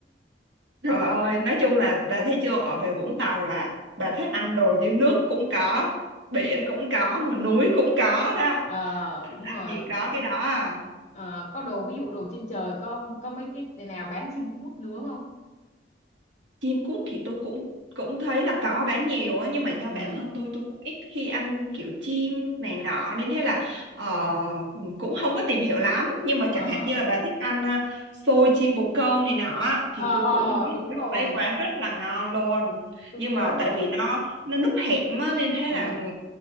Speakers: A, on the right; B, on the left.
A: <laughs> trời ơi nói chung là bà thấy chưa ở về Vũng Tàu là bà thích ăn đồ dưới nước cũng có biển cũng có mà núi cũng có đó
B: ờ
A: thích
B: đúng
A: ăn
B: rồi
A: gì có cái đó à
B: Ờ, có đồ ví dụ đồ trên trời không có mấy cái nào bán chim cút nướng không
A: chim cút thì tôi cũng cũng thấy là có bán nhiều á nhưng mà do
B: ừ
A: bản thân tôi tôi cũng ít khi ăn kiểu chim này nọ nên thế là ờ, cũng không có tìm hiểu lắm nhưng mà
B: ờ
A: chẳng hạn như là bà thích ăn ờ, xôi chim bồ câu này nọ á,
B: ờ
A: thì tôi
B: ờ,
A: cũng biết
B: đúng rồi
A: có mấy quán rất là ngon luôn
B: tôi
A: nhưng
B: nhớ
A: mà
B: rồi
A: tại vì nó nó núp hẻm á, nên thế
B: ừ
A: là